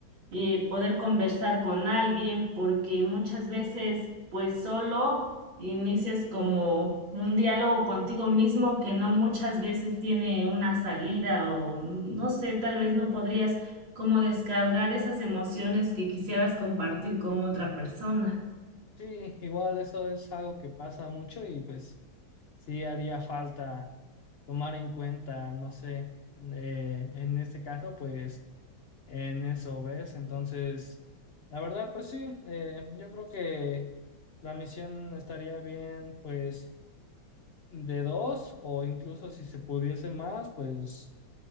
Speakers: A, on the right (about 80°); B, on the left (about 55°).
A: eh, poder conversar con alguien, porque muchas veces pues solo inicias como un diálogo contigo mismo que no muchas veces tiene una salida o no sé, tal vez no podrías como descargar esas emociones que quisieras compartir con otra persona.
B: Sí, igual eso es algo que pasa mucho y pues sí haría falta tomar en cuenta, no sé, eh, en este caso pues en eso, ¿ves? Entonces, la verdad pues sí, eh, yo creo que la misión estaría bien pues de dos o incluso si se pudiese más, pues